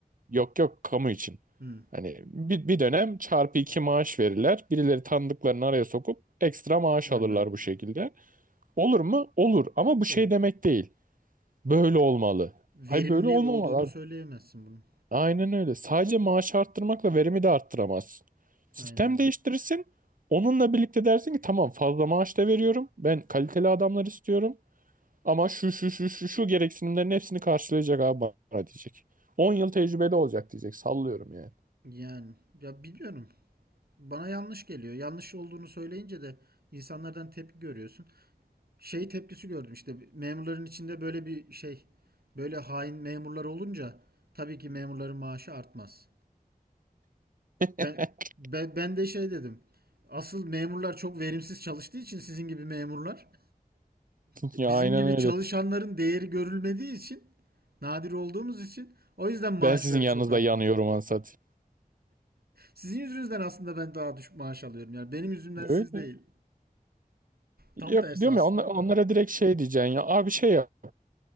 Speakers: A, on the right (about 60°); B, on the right (about 90°).
A: Yok yok kamu için.
B: Hı,
A: Hani bir, bir dönem çarpı iki maaş verirler. Birileri tanıdıklarını araya sokup ekstra maaş
B: anladım.
A: alırlar bu şekilde. Olur mu? Olur. Ama bu şey
B: Olur.
A: demek değil. Böyle olmalı.
B: Verimli
A: Hayır böyle olmamalı
B: olduğunu
A: abi.
B: söyleyemezsin bunun.
A: Aynen öyle. Sadece maaş arttırmakla verimi de arttıramazsın. Sistem
B: Aynen öyle.
A: değiştirirsin. Onunla birlikte dersin ki tamam fazla maaş da veriyorum. Ben kaliteli adamlar istiyorum. Ama şu şu şu şu şu gereksinimlerin hepsini karşılayacak abi bana diyecek. 10 yıl tecrübeli olacak diyecek. Sallıyorum yani.
B: Yani ya biliyorum Bana yanlış geliyor. Yanlış olduğunu söyleyince de insanlardan tepki görüyorsun. Şey tepkisi gördüm işte memurların içinde böyle bir şey böyle hain memurlar olunca tabii ki memurların maaşı artmaz.
A: <laughs>
B: Ben, ben ben de şey dedim. Asıl memurlar çok verimsiz çalıştığı için sizin gibi memurlar bizim
A: Ya aynen
B: gibi
A: öyle.
B: çalışanların değeri görülmediği için nadir olduğumuz için o yüzden maaşları
A: Ben sizin yanınızda
B: çok artmıyor.
A: yanıyorum ansat.
B: Sizin yüzünüzden aslında ben daha düşük maaş alıyorum. Yani benim yüzümden siz
A: Öyle.
B: değil. Tam
A: Yok
B: tersi
A: diyorum
B: aslında.
A: ya onla- onlara
B: da.
A: direkt şey diyeceksin ya. Abi şey yap.